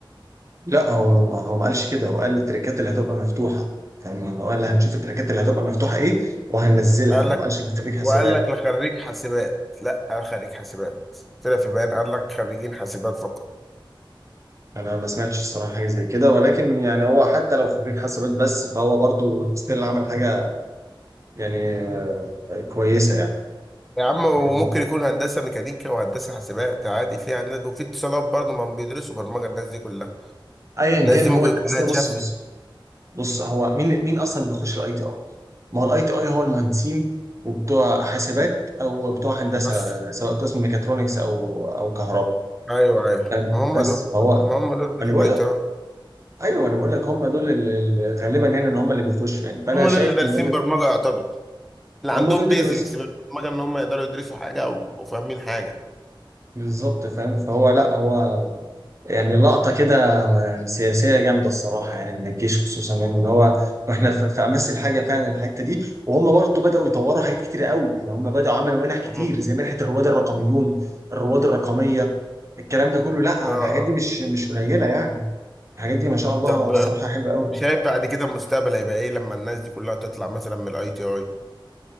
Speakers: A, on the right; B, in the centre.
A: لا هو هو ما قالش كده هو قال التريكات اللي هتبقى مفتوحه يعني هو قال هنشوف التريكات اللي هتبقى مفتوحه ايه وهننزلها
B: قال
A: هو
B: لك
A: ما قالش في خريج حاسبات
B: وقال لك لخريج حاسبات لا قال خريج حاسبات طلع في بيان قال لك خريجين حاسبات فقط
A: انا ما سمعتش الصراحه حاجه زي كده ولكن يعني هو حتى لو خريج حاسبات بس فهو برضو ستيل عمل حاجه يعني آه، كويسه يعني
B: يا عم وممكن
A: فاهمني؟
B: يكون هندسه ميكانيكا وهندسه حاسبات عادي في هندسة وفي اتصالات برضه ما بيدرسوا برمجه الناس دي كلها
A: ايا
B: الناس
A: كان
B: دي
A: هو
B: ممكن كلها
A: اصل
B: اتشافت
A: بص بص بص هو مين مين اصلا اللي بيخش الاي تي اي ما هو الاي تي اي هو المهندسين وبتوع حاسبات او بتوع هندسه
B: بس
A: سواء قسم ميكاترونكس او او كهرباء
B: ايوه ايوه
A: تمام؟
B: ما هم
A: بس
B: دول
A: هو
B: ما هم دول بتوع
A: انا بقول
B: اه
A: ايوه انا بقول لك هم دول اللي اللي غالبا يعني اللي هم اللي بيخشوا يعني فانا
B: هم
A: شايف
B: دول اللي دارسين
A: من وجهه
B: برمجه يعتبر اللي عندهم
A: هم دول اللي
B: بيزكس
A: درسوها
B: بالبرمجه ان هم يقدروا يدرسوا حاجه و- وفاهمين حاجه
A: بالظبط فاهم فهو لا هو يعني لقطه كده سياسيه جامده الصراحه يعني من الجيش خصوصا يعني ان هو واحنا في في امس الحاجه فعلا الحته دي وهم برضه بداوا يطوروا حاجات كتير قوي يعني هم بداوا عملوا منح كتير
B: مم.
A: زي منحه الرواد الرقميون الرواد الرقميه الكلام ده كله لا
B: اه
A: الحاجات دي مش مش قليله يعني الحاجات دي ما شاء الله
B: طب
A: الصراحه حلوه قوي
B: شايف بعد كده المستقبل هيبقى ايه لما الناس دي كلها تطلع مثلا من الاي تي اي